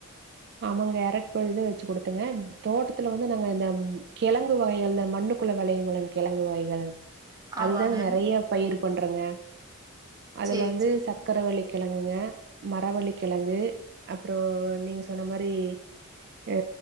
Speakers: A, on the right (about 55°); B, on the right (about 20°).
A: ஆமாங் கேரட் பொரியல் தா வெச்சு குடுத்துங்க தோட்டத்துல வந்து நாங்க இந்த உம் கெழங்கு வகைகள் இந்த மண்ணுக்குள்ள வெளையுமுள்ள கெழங்கு வகைகள் அதுதாங்க
B: ஆமாங்க.
A: நெறைய பயிருக் பண்றங்க அதுல
B: சரி,
A: வந்து
B: சரி.
A: சக்கர வள்ளி கெ கெழங்குங்க மரவழி கிலங்கு அப்புறோ நீங்க சோ சொன்னாமாறி ஏ